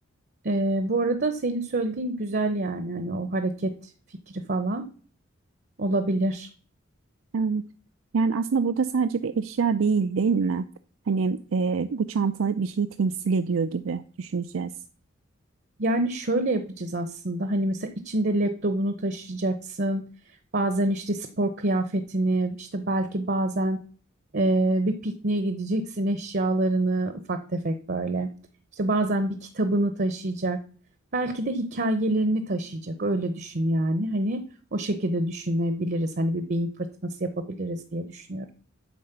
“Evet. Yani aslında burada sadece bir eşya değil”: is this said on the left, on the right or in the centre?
Right